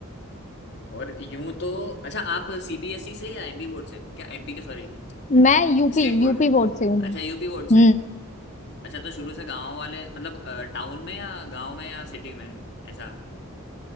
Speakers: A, on the left; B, on the left.
A: और यूं तो अच्छा आप सीबीएसई से या एमपी बोर्ड से क्या एमपी का सॉरी
B: मैं यूपी
A: स्टेट बोर्ड
B: यूपी बोर्ड से हूँ
A: अच्छा
B: मैं
A: यूपी बोर्ड से
B: हम्म
A: अच्छा तो शुरू से गांव वाले मतलब टाउन में या गांव में या सिटी में ऐसा